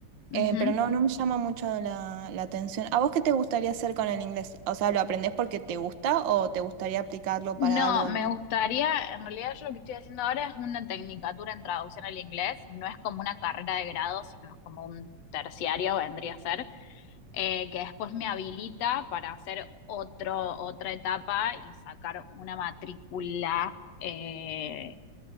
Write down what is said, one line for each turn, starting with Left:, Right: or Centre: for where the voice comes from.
Left: Ujú.
Right: eh, pero no, no me llama mucho la, la atención. ¿A vos qué te gustaría hacer con el inglés? O sea, ¿lo aprendés porque te gusta o te gustaría aplicarlo
Left: No,
Right: para algo
Left: me
Right: en tu...
Left: gustaría, en realidad yo lo que estoy haciendo ahora es una tecnicatura en traducción al inglés, no es como una carrera de grado, sino es como un terciario, vendría a ser, eh, que después me habilita para hacer otro, otra etapa y sacar una matrícula eh,